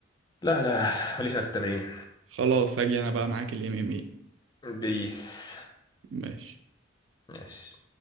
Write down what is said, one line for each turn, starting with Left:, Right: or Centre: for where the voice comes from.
Left: لا لا ماليش انا في التمرين
Right: خلاص هاجي انا بقى معاك الام ام اي
Left: بيس
Right: ماشي
Left: ماشي